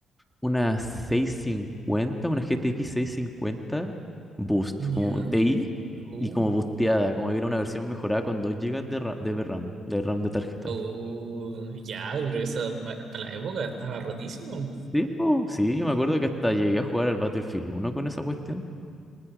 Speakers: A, in the centre; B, on the right.
A: una 650 una GTX cincuenta Boost,
B: Ya.
A: como TI
B: Uh,
A: y como boosteada, como que era una versión mejorada con 2 gigas de RAM, de RAM, de RAM de tarjeta.
B: oh, ya, pero esa para la época estaba rotísimo.
A: Sí, po, sí, yo me acuerdo que hasta llegué a jugar al Battlefield uno con esa cuestión.